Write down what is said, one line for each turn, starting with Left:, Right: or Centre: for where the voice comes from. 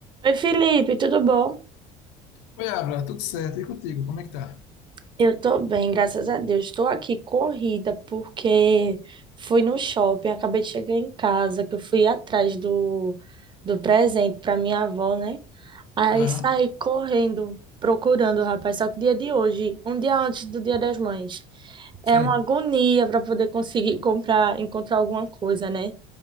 Right: Oi, Felipe, tudo bom?
Left: Oi, Abra, tudo certo? E contigo, como é que tá?
Right: Eu tô bem, graças a Deus. Estou aqui corrida porque fui no shopping, acabei de chegar em casa, que eu fui atrás do, do presente para minha avó, né? Aí
Left: Aham,
Right: saí correndo, procurando o rapaz, só que dia de hoje, um dia antes do Dia das Mães. É
Left: sim.
Right: uma agonia para poder conseguir comprar, encontrar alguma coisa, né?